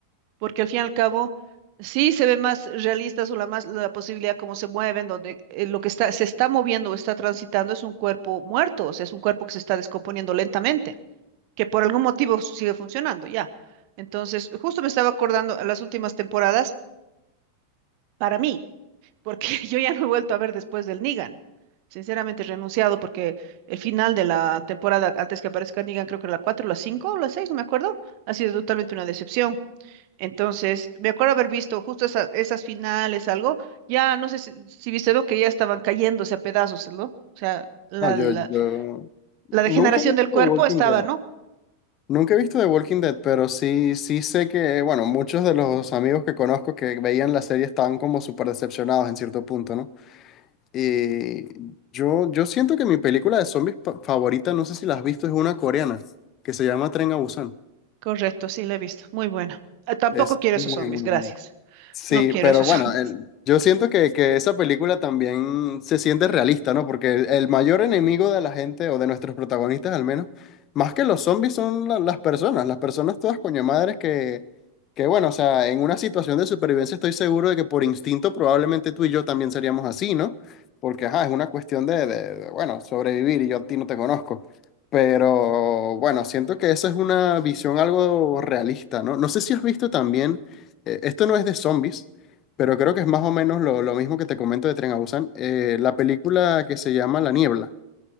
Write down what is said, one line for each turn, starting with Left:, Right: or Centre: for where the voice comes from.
Right: Porque al fin y al cabo, sí se ve más realista o la más la posibilidad cómo se mueven, donde eh, lo que está, se está moviendo o está transitando es un cuerpo muerto, o sea, es un cuerpo que se está descomponiendo lentamente, que por algún motivo s- sigue funcionando, ya. Entonces, justo me estaba acordando en las últimas temporadas, para mí porque <laughs> yo ya no he vuelto a ver después del Negan. Sinceramente he renunciado porque el final de la temporada, antes que aparezca Negan, creo que era la 4, la 5 o la 6, no me acuerdo, ha sido totalmente una decepción. Entonces, me acuerdo haber visto justo esa- esas finales, algo, ya no sé si, si viste, ¿no? Que ya estaban cayéndose a pedazos, ¿no? O sea, la,
Left: No, yo,
Right: la,
Left: yo
Right: la degeneración
Left: nunca he visto
Right: del cuerpo
Left: The Walking
Right: estaba,
Left: Dead.
Right: ¿no?
Left: Nunca he visto The Walking Dead, pero sí, sí sé que, bueno, muchos de los amigos que conozco que veían la serie estaban como súper decepcionados en cierto punto, ¿no? Eh, yo, yo siento que mi película de zombies pa- favorita, no sé si la has visto, es una coreana que se llama Tren a Busan.
Right: Correcto, sí, la he visto. Muy buena. Ah, Tampoco
Left: Es
Right: quiero
Left: muy,
Right: esos zombies,
Left: muy
Right: gracias.
Left: buena. Sí,
Right: No quiero
Left: pero
Right: esos
Left: bueno,
Right: <laughs> zombies.
Left: el- yo siento que, que esa película también se siente realista, ¿no? Porque el, el mayor enemigo de la gente, o de nuestros protagonistas al menos, más que los zombies son la- las personas, las personas todas coño madres que, que, bueno, o sea, en una situación de supervivencia estoy seguro de que por instinto probablemente tú y yo también seríamos así, ¿no? Porque, ajá, es una cuestión de, de, de, bueno, sobrevivir y yo a ti no te conozco. Pero, bueno, siento que esa es una visión algo realista, ¿no? No sé si has visto también eh, esto no es de zombies, pero creo que es más o menos lo, lo mismo que te comento de Tren a Busan. Eh, la película que se llama La Niebla,